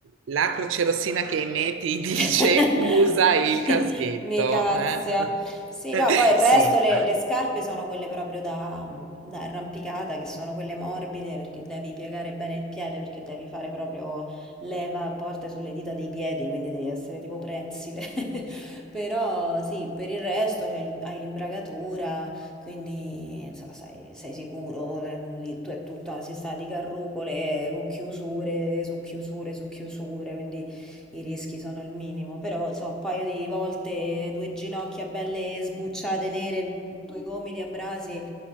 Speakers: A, on the right; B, in the centre.
A: la crocerossina che emetti <laughs> dice
B: <laughs>
A: usa il caschetto.
B: Mi cazia.
A: eh?
B: Sì,
A: <laughs>
B: no, poi il resto,
A: Sì,
B: le, le scarpe sono quelle proprio da, da arrampicata, che sono quelle morbide, perché devi piegare bene il piede, perché devi fare proprio leva a volte sulle dita dei piedi, quindi devi essere tipo prensile. <laughs> Però sì, per il resto c'hai l'im- hai l'imbragatura, quindi insomma, sai- sei sicuro, eh, lì tu è tutta una sistema di carrucole con chiusure su chiusure su chiusure, quindi i rischi sono al minimo. Però insomma, un paio di volte, due ginocchia belle sbucciate nere, due gomiti a brasi,